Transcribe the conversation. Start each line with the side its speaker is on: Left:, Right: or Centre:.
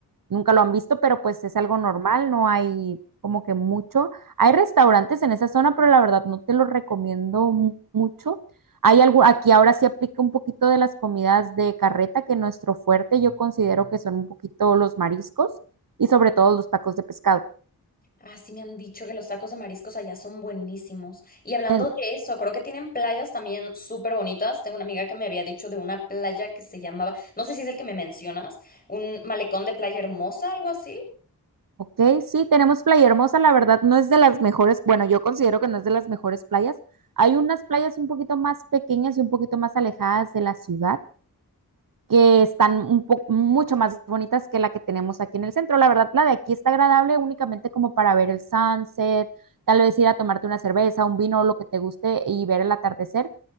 Right: nunca lo han visto, pero pues es algo normal, no hay como que mucho. Hay restaurantes en esa zona, pero la verdad no te lo recomiendo mu- mucho. Hay algo, aquí ahora sí aplica un poquito de las comidas de carreta, que nuestro fuerte yo considero que son un poquito los mariscos y sobre todo los tacos de pescado.
Left: Ah, sí me han dicho que los tacos de mariscos allá son buenísimos. Y hablando
Right: En-
Left: de eso, creo que tienen playas también súper bonitas. Tengo una amiga que me había dicho de una playa que se llamaba, no sé si es el que me mencionas, un malecón de playa hermosa, algo así.
Right: ok, sí, tenemos Playa Hermosa, la verdad no es de las mejores, bueno, yo considero que no es de las mejores playas. Hay unas playas un poquito más pequeñas y un poquito más alejadas de la ciudad que están un poco mucho más bonitas que la que tenemos aquí en el centro. La verdad, la de aquí está agradable únicamente como para ver el sunset, tal vez ir a tomarte una cerveza, un vino, lo que te guste y ver el atardecer,